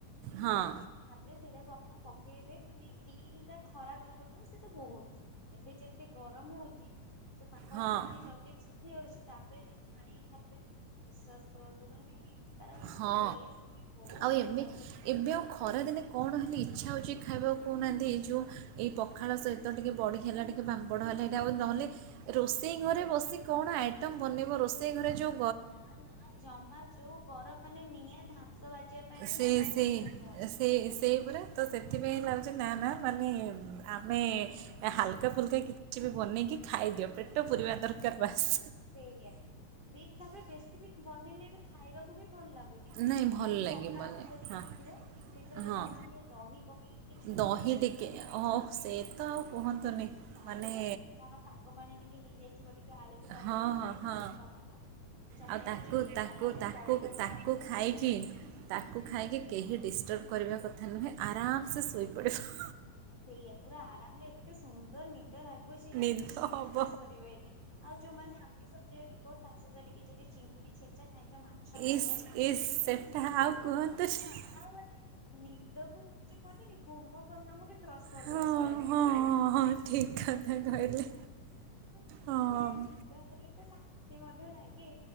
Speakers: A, on the right; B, on the left.
A: ହଁ
B: ତାପରେ ସେଇଟାକୁ ଆପଣ ପକେଇବେ ମାନେ ଦିଟା ଖରା ଗଲା ବେଳକୁ ସେ ତ ବହୁତ୍ ଏବେ ଯେମତି ଗରମ ହଉଛି ସେ ପାମ୍ପଡା
A: ହଁ
B: ଏତେ ଜଲଦି ବି ସି ହେଉଛି ତାପରେ ଯୋଉ ଛାଣିିକୀ ଖାଇବେ ବିଶ୍ୱାସ କରନ୍ତୁ ମାନେ ତାର
A: ହଁ
B: ଟେଷ୍ଟ ବି ବହୁତ
A: ଆଉ
B: ବଢିଆ
A: ଏମିତି
B: ଲାଗୁଛି।
A: ଏବେ ଆଉ ଖରାଦିନେ କଣ ହେଲେ ଇଚ୍ଛା ହେଉଛି ଖାଇବାକୁ କଉନାହାଁନ୍ତି। ଏଇ ଯେଉଁ ଏଇ ପଖାଳ ସହି ତ ଟିକିେ ବଡା ହେଲା ଟିକେ ପାମ୍ପଡ଼ ହେଲା ହେଇଟା ଆଉ ନହେଲେ ରୋଷେଇ ଘରେ ବସି କଣ ଆଇଟମ ବନେଇବ ରୋଷେଇ ଘରେ ଯୋଉ
B: ନା ନା ଜମା ଯୋଉ ଗରମ ମାନେ ନିଆଁ ଧାସ ବାଜିବା ପାଇଁ ବି
A: ସେ
B: ମନା
A: ସେ
B: କରୁଛି। ଦେହ
A: ସେ ସେଇ ପୁରା ତ ସେଥିପାଇଁଁ ଲାଗୁଛି ନା ନା ମାନେ ଆମେ ସେ ହାଲକା ଫୁଲକା କିଛି ବି ବନେଇକି ଖାଇଦିଅ ପେଟ ପୁୁରିବା ଦରକାର ବାସ୍।
B: ସେ ଠିକ ତାପରେ ବେଶୀ ବି ବନେଇଲେ ଏବେ ଖାଇବାକୁ ବି ଭଲ ଲାଗୁନି।
A: ନାଇଁ ଭଲ
B: ବା
A: ଲାଗିବନି
B: ପଖାଳ ଭାତ ଟିକେ
A: ହଁ
B: ହେଇଥିବ ସେଥିରେ ଯଦି
A: ହଁ
B: ଆପଣ ଟିକେ ଦହି ପକେଇକି ଟିକେ ଛୁଙ୍କ
A: ଦହି
B: ଦେଇ
A: ଟିକେ
B: ଦେଇେଇଛନ୍ତି
A: ଓ ସେ ତ ଆଉ କୁହନ୍ତୁନି
B: ଅ ତାପରେ
A: ମାନେ
B: ଟିକେ କଣ ପାଗ ପାଣି ଟିକେ ହେଇଯାଇଥିବ ଟିକେ ଆଳୁ କି ବାଇଗଣ
A: ହଁ ହଁ
B: କି
A: ହଁ
B: ଟମାଟୋ। ଚକଟା
A: ଆଉ ତାକୁ
B: ଟିକେ ହେଇଗଲା
A: ତାକୁ
B: ତାପରେ
A: ତାକୁ
B: ବଡି ପାମ୍ପଡ
A: ତାକୁ
B: ଆଚାର
A: ଖାଇକି
B: କିଛି ଅଛି।
A: ତାକୁ ଖାଇକି କେହି ଡିଷ୍ଟର୍ବ କରିବା କଥା ନୁହେଁ ଆରାମସେ ଶୋଇପଡ଼ିବ।
B: ସେଇଆ ପୁରା ଆରାମ ରେ ଏତେ ସୁନ୍ଦର ନି ନିଦ ଲାଗୁଛି
A: ନିଦ ହବ
B: ବିଶ୍ଵାସ କରିବେନି ଆଉ ଯୋଉମାନେ ଆମିଷ ପ୍ରିୟ ଲୋକ ତା ସହିତ ଟିକେ ଯଦି ଚିଙ୍ଗୁଡି ଛେଚା ସହିତ ମାଛ ଭଜା
A: ଇସ୍
B: ହେଇଯାଇଛି
A: ଇସ୍ ସେଟା ଆଉ କୁହନ୍ତୁନି
B: ହଁ ଆଉ ମାନେ ନିଦକୁ ମାନେ ଯୋଉ କୁହନ୍ତିନି କୁମ୍ଭକର୍ଣ୍ଣଙ୍କୁ ବି କ୍ରସ୍ କରିଦେଇକୀ
A: ହଁ
B: ପଳେଇବା
A: ହଁ
B: ଆମ ଓଡିଆ
A: ହଁ
B: ଲୋକ
A: ହଁ ଠିକ୍ କଥା କହିଲେ
B: ମାନେ ଏତେ
A: ହଁ
B: ନିଦ ତ ଲାଗେ ତ ଶାନ୍ତି ମଧ୍ୟ ଲାଗେ।